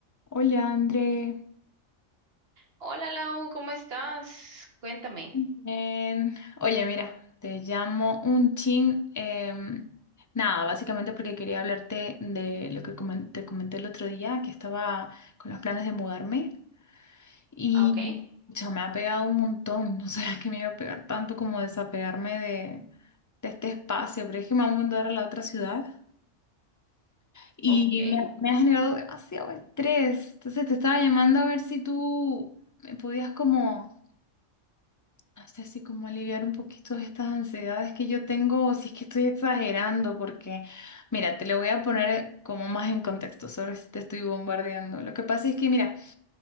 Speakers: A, on the left; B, on the right.
A: Hola, André.
B: Hola Lau, ¿cómo estás? Cuéntame.
A: Bien. Oye, mira, te llamo un chin. em, nada, básicamente porque quería hablarte de lo que comen- te comenté el otro día, que estaba con los planes de mudarme y
B: Ah, Ok,
A: pucha, me ha pegado un montón. <laughs> No sabía que me iba a pegar tanto como desapegarme de, de este espacio, pero es que me voy a mudar a la otra ciudad y
B: ok,
A: me, me ha generado demasiado estrés. Entonces te estaba llamando a ver si tú me podías como No sé si como aliviar un poquito estas ansiedades que yo tengo, o si es que estoy exagerando, porque mira, te lo voy a poner como más en contexto, sobre si te estoy bombardeando. Lo que pasa es que, mira,